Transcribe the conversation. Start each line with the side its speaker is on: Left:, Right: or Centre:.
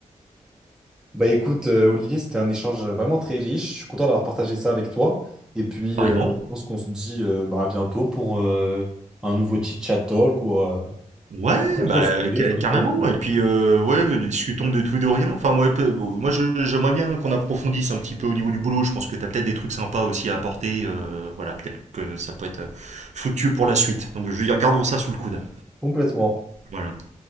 Centre: Bah écoute, euh, Olivier, c'était un échange vraiment très riche. Je suis content d'avoir partagé ça avec toi. Et puis,
Right: Pareillement.
Centre: euh, je pense qu'on se dit euh, bah, à bientôt pour euh, un nouveau chit-chat talk ou euh,
Right: Ouais,
Centre: autre
Right: bah
Centre: sujet
Right: ca-
Centre: sur
Right: carrément.
Centre: lequel... euh,
Right: Et puis euh, ouais, discutons de tout et de rien. Enfin moi, peu- moi je- j'aimerais bien qu'on approfondisse un petit peu au niveau du boulot. Je pense que t'as peut-être des trucs sympas aussi à apporter. euh, voilà, peut-être que ça peut être euh, fructueux pour la suite. Donc je veux dire, gardons ça sous le coude.
Centre: Complètement.
Right: Voilà.